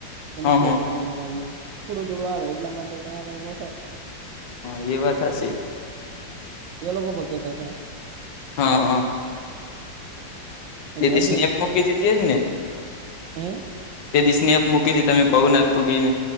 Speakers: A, on the right; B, on the left.
A: કે
B: હા
A: નથી
B: હા
A: હજી પાણી આવ એ થોડું થોડું આવે એટલામાં તો ક્યા કઈ નો થાય.
B: હ એ વાતશે
A: તે લોકો પણ કેતા હતા.
B: હા
A: એટલે
B: એ દિશની અ મૂકી જી હતી જ ને
A: હમ
B: તે દિસ ને આપ મૂકીશ તમે પહ નાથ પૂગીને